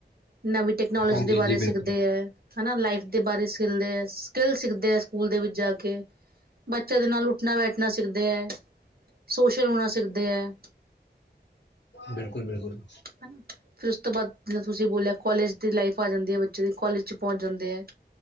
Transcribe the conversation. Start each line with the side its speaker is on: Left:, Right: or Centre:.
Right: ਨਵੀਂ ਟੈਕਨੋਲੋਜੀ
Left: ਹਾਂਜੀ
Right: ਦੇ ਬਾਰੇ
Left: ਹਾਂਜੀ ਬਿਲਕੁਲ
Right: ਸਿੱਖਦੇ ਹੈ ਹਨਾ, ਲਾਈਫ ਦੇ ਬਾਰੇ ਸਿੱਖਦੇ ਆ, ਸਕਿੱਲ ਸਿੱਖਦੇ ਆ, ਸਕੂਲ ਦੇ ਵਿੱਚ ਜਾ ਕੇ, ਬੱਚਿਆਂ ਦੇ ਨਾਲ ਉੱਠਣਾ ਬੈਠਣਾ ਸਿੱਖਦੇ ਹੈ, ਸੋਸ਼ਲ ਹੋਣਾ ਸਿੱਖਦੇ ਹੈ
Left: ਬਿਲਕੁਲ- ਬਿਲਕੁਲ
Right: ਹਨਾ ਫਿਰ ਉਸ ਤੋਂ ਬਾਅਦ ਜਿੱਦਾਂ ਤੁਸੀਂ ਬੋਲਿਆ ਕੋਲਜ ਦੀ ਲਾਈਫ ਆ ਜਾਂਦੀ ਹੈ ਬੱਚੇ ਦੀ ਕੋਲਜ 'ਚ ਪਹੁੰਚ ਜਾਂਦੇ ਐ।